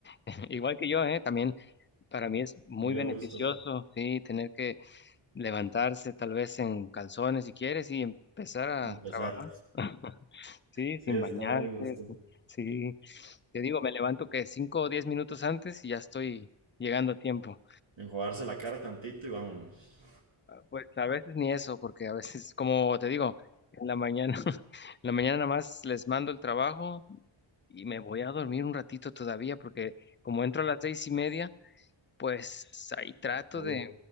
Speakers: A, on the left; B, on the right.
A: <laughs> Igual que yo, ¿eh? También para mí es muy
B: muy
A: beneficioso,
B: a gusto.
A: sí, tener que levantarse tal vez en calzones si quieres y empezar a
B: Empezar.
A: trabajar, <laughs> sí,
B: Sí,
A: sin
B: está
A: bañarte,
B: muy a gusto.
A: sí. Te digo, me levanto que cinco o diez minutos antes y ya estoy llegando a tiempo.
B: Enjuagarse la cara tantito y vámonos.
A: Pues a veces ni eso, porque a veces, como te digo, en la mañana, <laughs> en la mañana nada más les mando el trabajo y me voy a dormir un ratito todavía, porque como entro a las seis y media, pues ahí trato
B: Uh,
A: de,